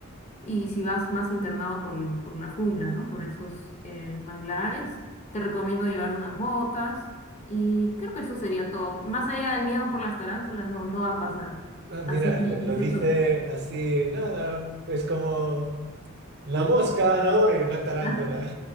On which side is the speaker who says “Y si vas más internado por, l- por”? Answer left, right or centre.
Left